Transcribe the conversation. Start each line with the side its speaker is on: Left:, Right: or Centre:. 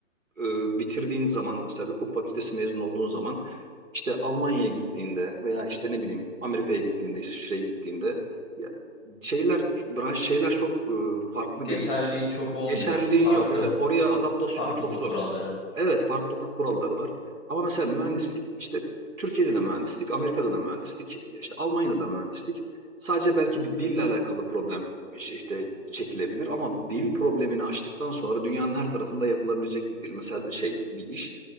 Right: e, bitirdiğin zaman mesela bir hukuk fakültesi mezun olduğun zaman işte Almanya'ya gittiğinde veya işte ne bileyim Amerika'ya gittiğinde, İsviçre'ye gittiğinde ya şeyler branş şeyler çok e, farklı
Left: Geçerliliğin
Right: birbirinden.
Left: çok olmuyor
Right: Geçerliliğin
Left: çünkü farklı
Right: yok. Evet, oraya adaptasyonu
Left: farklı
Right: çok
Left: hukuk
Right: zor.
Left: kuralları.
Right: Evet farklı hukuk kuralları var. Ama mesela mühendislik işte Türkiye'de de mühendislik, Amerika'da da mühendislik, işte Almanya'da da mühendislik. Sadece belki bir dille alakalı problem iş- işte çekilebilir ama dil problemini aştıktan sonra dünyanın her tarafında yapılabilecek bir dil. Mesela bir şey bir iş.